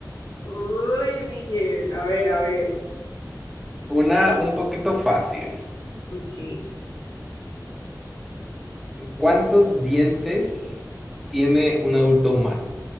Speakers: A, on the left; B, in the centre.
A: Muy bien. A ver, a ver.
B: Una un poquito fácil.
A: Ok.
B: ¿Cuántos dientes tiene un adulto humano?